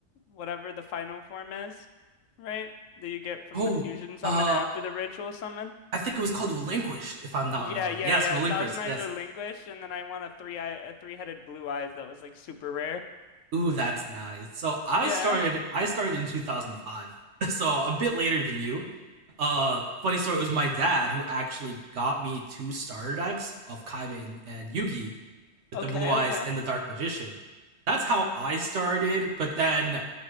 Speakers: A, on the left (about 80°); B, on the right (about 65°).
A: whatever the final form is, right? That you get from
B: Oh,
A: the fusion summon
B: uh,
A: after the ritual summon.
B: I think it was called Relinquished, if I'm not
A: Yeah,
B: wrong.
A: yeah,
B: Yes,
A: yeah.
B: Relinquished.
A: Thousand Eyes
B: Yes.
A: Relinquished, and then I won a three eye, a three-headed blue eyes that was like super rare.
B: Ooh, that's nice. So I
A: Yeah.
B: started I started in 2005. <laughs> So a bit later than you. Uh, funny story, it was my dad who actually got me two starter decks of Kaiba and, and Yugi with
A: Okay,
B: the blue eyes
A: okay.
B: and the dark magician. That's how I started, but then